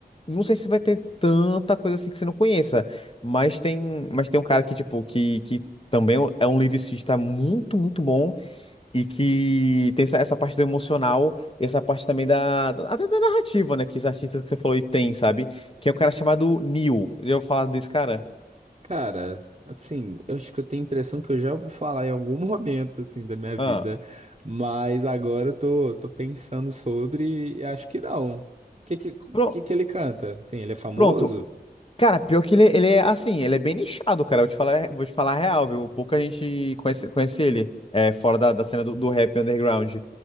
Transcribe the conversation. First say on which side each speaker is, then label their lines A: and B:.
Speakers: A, on the left; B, on the right.
A: não sei se vai ter tanta coisa assim que você não conheça, mas tem, mas tem um cara que, tipo, que, que também é um lyricista muito, muito bom e que tem essa, essa parte do emocional e essa parte também da, da- até da narrativa, né, que os artistas que você falou aí tem, sabe? Que é o cara chamado Neil. Eu vou falar desse cara.
B: Cara, assim, eu acho que eu tenho a impressão que eu já ouvi falar em algum <laughs> momento, assim, da minha vida,
A: Ah.
B: mas agora eu tô, tô pensando sobre e acho que não. O que que,
A: Pro-
B: que que ele canta? Assim, ele é famoso?
A: Pronto, Cara, pior que ele, ele é assim, ele é bem nichado, cara. Eu vou te falar, vou te falar a real, viu? Pouca gente conhece, conhece ele, é, fora da, da cena do, do rap underground.